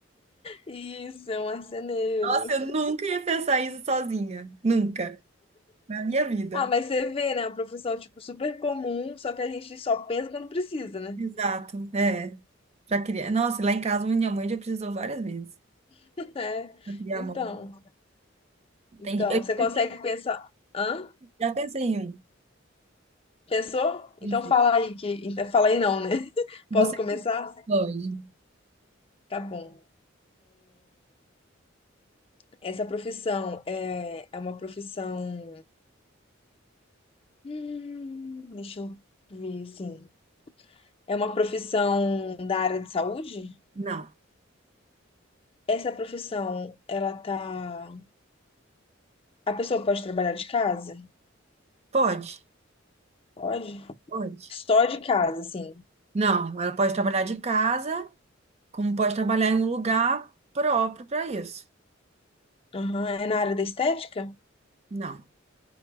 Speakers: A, on the left (about 30°); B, on the right (about 35°).
A: Isso, é um marceneiro.
B: Nossa, eu nunca ia pensar isso sozinha, nunca, na minha vida.
A: Ah, mas você vê, né? é Uma profissão, tipo, super comum, só que a gente só pensa quando precisa, né?
B: Exato, é. Pra criar. Nossa, lá em casa minha mãe já precisou várias vezes
A: <laughs>
B: pra criar
A: É. Então,
B: a mão.
A: então,
B: Tem- Eu já
A: você
B: pensei,
A: consegue pensar. Hã?
B: já pensei em
A: Pensou? Então
B: um.
A: fala aí que. então, Fala aí não, né? <laughs>
B: Você
A: Posso começar?
B: pode.
A: Tá bom. Essa profissão é, é uma profissão. Hum, deixa eu ver, assim. É uma profissão da área de saúde?
B: Não.
A: Essa profissão, ela tá. A pessoa pode trabalhar de casa?
B: Pode?
A: Pode.
B: Pode.
A: Só de casa, assim.
B: Não, ela pode trabalhar de casa, como pode trabalhar em um lugar próprio para isso.
A: Aham, É na área da estética?
B: Não.